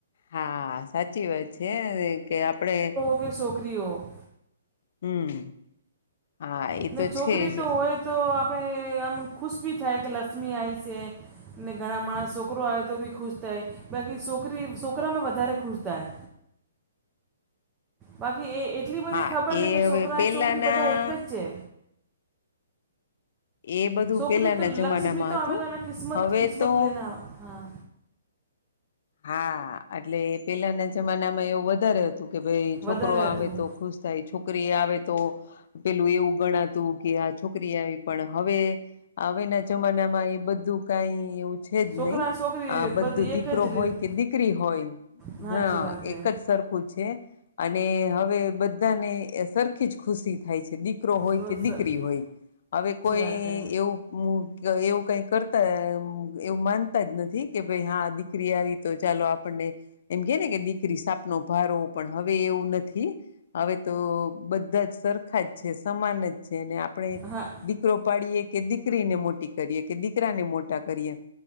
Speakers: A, on the left; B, on the right.
A: હા સાચી વાત છે, અને કે આપડે
B: ક છોકરીઓ
A: હમ્મ હા, એ
B: ને
A: તો
B: છોકરી
A: છે જ
B: તો હોય તો આપણે આમ ખુશ બી થાય કે લક્ષ્મી આઈ છે. નને ઘણાં માણસ શોકરો આવે તો બી ખુશ થાય, બાકી શોકરી શોકરામાં વધારે ખુશ થાય. બાકી એ એટલી બધી
A: હા
B: ખબર ને
A: એ
B: કે
A: હવે
B: શોકરા અને
A: પેલાના
B: શોકરી બધા એકજ છે.
A: એ બધું
B: શોકરી
A: પેલાના
B: તો
A: જમાનામાં
B: લક્ષ્મી તો આવે
A: હતું
B: તોના કિસ્મત
A: હવે
B: કિસ્મત
A: તો
B: લેના હા
A: હા, એટલે પેલાના જમાનામાં એવું વધારે હતું કે, ભાઈ
B: વધારે
A: છોકરો આવે
B: હતું
A: તો ખુશ થાય, છોકરી આવે તો પેલું એવું ગણાતું કે આ છોકરી આવી, પણ હવે હવે ના જમાનામાં એ બધું કઈ એવું છે જ
B: છોકરા
A: નહી,
B: અને છોકરી
A: આ બધું
B: બધી
A: દીક
B: એક જ
A: કરો હોય
B: રીત
A: કે દીકરી હોય,
B: સાચી
A: હ
B: વાત
A: એકજ
B: હે
A: સરખું છે, અને હવે બધાને એ સરખી જ ખુશી થાય છે, દી કરો હોય
B: સાચી
A: કે દીકરી હોય, હવે કોઈ
B: વાત હે
A: એવું મુ એવું કઈ કરતા અ એવું માનતા જ નથી કે ભાઈ હા દીકરી આવી તો ચાલો આપણને, એમ કે ને કે દીકરી સાપનો ભારો પણ હવે એવું નથી, હવે તો બધાજ સરખાજ છે, સમાન જ છે. આપણે
B: હા
A: દીકરો પાડીએ કે દીકરીને મોટી કરીએ કે દીકરાને મોટા કરીએ